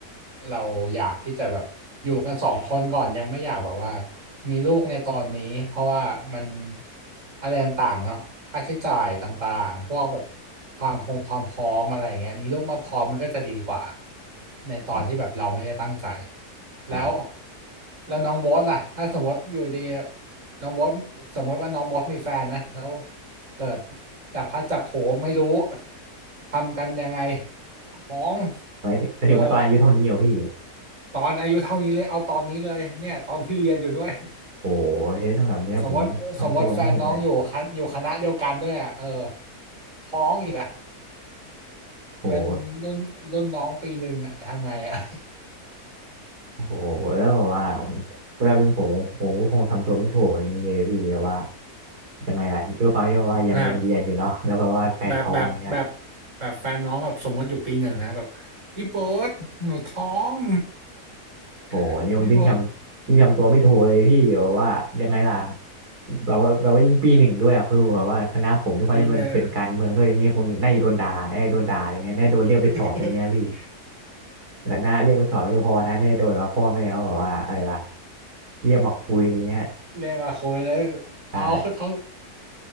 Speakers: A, on the right; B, on the right.
A: เราอยากที่จะแบบอยู่กันสองคนก่อนยังไม่อยากแบบว่ามีลูกในตอนนี้เพราะว่ามันอะไรต่างๆเนาะค่าใช้จ่ายต่างๆพวกแบบความพงความพร้อมอะไรอย่างเงี้ยมีลูกมาพร้อมมันก็จะดีกว่าในตอนที่แบบเราไม่ได้ตั้งใจ
B: ครับ
A: แล้ว
B: ครับ
A: แล้วน้องโบ๊ทล่ะถ้าสมมติอยู่ดีน้องโบ๊ทสมมติว่าน้องโบ๊ทมีแฟนนะแล้วเกิดจับพลัดจับผลูไม่รู้ทำกันยังไง ของ
B: หมายถึงหมายถึงว่าตอนอายุเท่านี้เหรอพี่
A: เออตอนอายุเท่านี้เลยเอาตอนนี้เลยเนี่ยตอนที่เรียนอยู่ด้วย
B: โอ้โหเฮ้ยถ้าแบบเนี้ยผมทำตัวไม่ถูกเลย
A: สมมติสมมติแฟนน้องอยู่คณะอยู่คณะเดียวกันด้วยอ่ะเออท้องอีกอ่ะ
B: โห
A: เป็นรุ่นรุ่นน้องปีหนึ่งอ่ะทำไงอ่ะ
B: โอ้โหแล้วแบบว่าผมเวลาเป็นผมผมก็คงทำตัวไม่ถูกอย่างนี้เลยพี่แบบว่ายังไงล่ะด้วยความที่แบบว่ายังยังเรียนอยู่เนาะ
A: <laughs> แบบ
B: <laughs> แล้วแบบว่าแฟนท้องอย่างเงี้ย
A: แบบแบบแบบแบบแฟนน้องแบบสมมติอยู่ปีหนึ่งนะแบบพี่โบ๊ทหนูท้อง
B: โอ้โหเนี่ยผมยิ่งจำยิ่งจำตัวไม่ถูกเลยพี่แบบว่ายังไงล่ะ
A: <laughs> พี่โบ๊ท
B: แบบว่าแบบว่ายิ่งปีหนึ่งด้วยอ่ะคือแบบว่าคณะผมด้วยความที่มันเป็นการเมืองด้วยอย่างเงี้ยคุณน่าจะโดนด่าแน่าจะโดนด่าอย่างเงี้ยน่าจะโดนเรียกไปสอบอย่างเงี้ยพี่
A: ปีหนึ่ง <laughs>
B: แต่น่าเรียกไปสอบไม่พอนะน่าจะโดนว่าพ่อแม่เขาแบบว่าอะไรล่ะเรียกมาคุยอย่างเงี้ย
A: เรียกมาคุยเลยเอา
B: ใช่
A: <laughs> เท่า